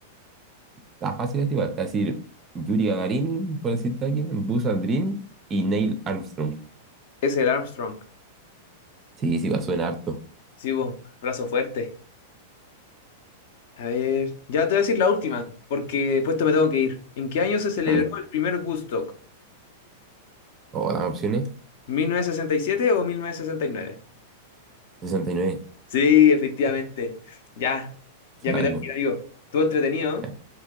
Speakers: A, on the right; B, on the left.
A: La fácil es igual, te voy a decir Yuri Gagarin, por decirte alguien, Buzz Aldrin y Neil Armstrong.
B: Es el Armstrong.
A: Sí, sí, va, suena harto.
B: Sí, vos, brazo fuerte. A ver, ya te voy a decir la última, porque después te me tengo que ir. ¿En qué año se celebró
A: Dale.
B: el primer Woodstock?
A: O las opciones,
B: ¿1967 o 1969?
A: 69,
B: Sí, efectivamente. Ya, ya
A: suena
B: me
A: algo.
B: tengo que ir, amigo. Estuvo entretenido.
A: Ya.
B: ¿no?